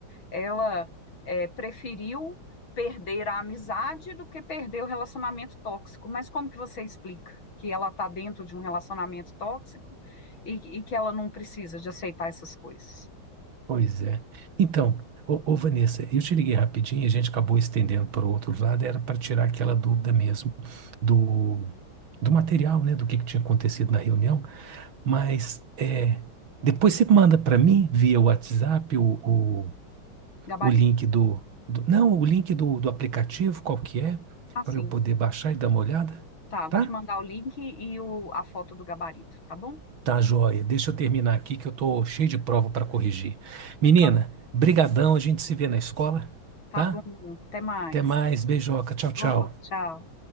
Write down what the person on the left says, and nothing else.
ela é, preferiu perder a amizade do que perder o relacionamento tóxico. Mas como que você explica que ela está dentro de um relacionamento tóxico e, e que ela não precisa de aceitar essas coisas?
Gabarito.
Assim,
tá. Vou
te mandar o link e o, a foto do gabarito, tá bom?
Tá,
tá
bom. Até mais.
Outro, tchau.